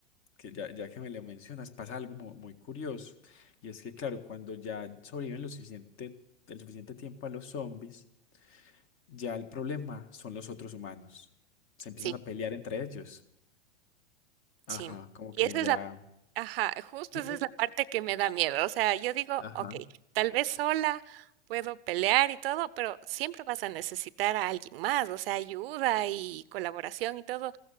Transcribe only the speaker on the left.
que ya, ya que me lo mencionas, pasa algo mu- muy, curioso. Y es que, claro, cuando ya sobreviven lo suficiente, el suficiente tiempo a los zombies, ya el problema son los otros humanos. Se empiezan
a pelear entre ellos. Ajá,
como
que
ya.
Dime,
dime.
Ajá,